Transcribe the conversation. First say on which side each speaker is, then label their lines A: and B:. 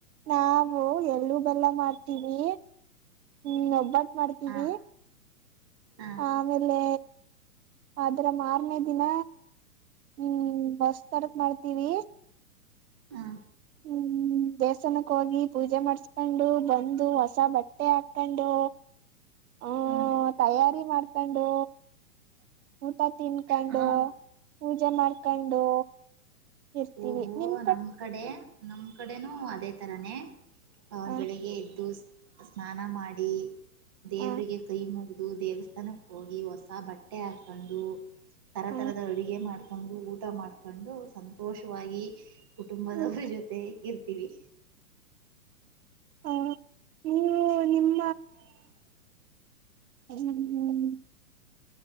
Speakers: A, on the right; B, on the right.
A: ನಾವು ಎಳ್ಳೂ ಬೆಲ್ಲ ಮಾಡ್ತೀವಿ ಹ್ಮ್ ಒಬ್ಬಟ್ಟ ಮಾಡ್ತೀವಿ
B: ಹಾ ಹಾ
A: ಆಮೇಲೆ ಅದ್ರ ಮಾರನೇ ದಿನ ಹ್ಮ್ ಬಸ್ತರಕ್ ಮಾಡ್ತೀವಿ
B: ಹಾ
A: ಹ್ಮ್ ದೇವಸ್ಥಾನಕ್ಕೆ ಹೋಗಿ ಪೂಜೆ ಮಾಡಸ್ಕೊಂಡು ಬಂದು ಹೊಸ ಬಟ್ಟೆ ಹಾಕೊಂಡು ಹ
B: ಹ್ಮ್
A: ತಯಾರಿ ಮಾಡ್ಕೊಂಡು ಊಟ ತಿನ್ಕೊಂಡು
B: ಹ್ಮ್
A: ಪೂಜೆ ಮಾಡ್ಕೊಂಡು ಇರ್ತೀವಿ
B: ಓಹೊ
A: ನಿಮ್
B: ನಮ್ ಕಡೆ ನಮ್ ಕಡೆನೂ ಅದೇ ತರಾನೇ
A: ಹ
B: ನ್ ಬೆಳಿಗ್ಗೆ ಎದ್ದು ಸ್ನಾನ ಮಾಡಿ ದೇವರಿಗೆ
A: ಹ
B: ಕೈ ಮುಗದು, ದೇವಸ್ಥಾನಕ್ಕೆ ಹೋಗಿ ಹೊಸ ಬಟ್ಟೆ ಹಾಕೊಂಡು ತರ
A: ಹ
B: ತರದ ಅಡುಗೆ ಡು ಊಟ ಮಾಡ್ಕೊಂಡು ಸಂತೋಷವಾಗಿ ಕುಟುಂಬದವರ
A: ಹ್ಮ
B: ಜೊತೆ ಇರ್ ವಿ
A: ಹ ನೀವು ನಿಮ್ಮ
B: <unintelligible>
A: ಹ್ಮ್ ಹ್ಮ್